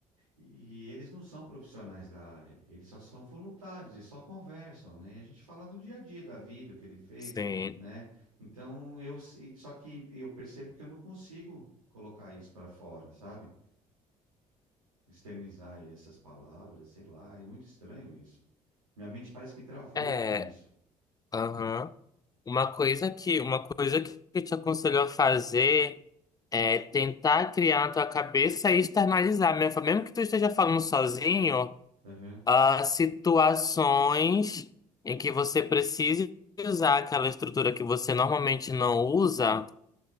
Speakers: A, on the right; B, on the left.
A: E dezenove. E eles não são profissionais da área, eles só são voluntários e só conversam, né? E a gente fala do dia a dia, da vida, o que ele fez,
B: sim.
A: né? Então, eu, e- só que eu percebo que eu não consigo colocar isso para fora, sabe? Externizar essas palavras, sei lá, é muito estranho isso. Minha mente parece que travou
B: É,
A: nisso.
B: aham. Uma coisa que, uma coisa que eu te aconselho a fazer é tentar criar na tua cabeça e externalizar, mesmo mesmo que tu esteja falando sozinho,
A: Aham,
B: ah, situações em que você precise usar aquela estrutura que você normalmente não usa,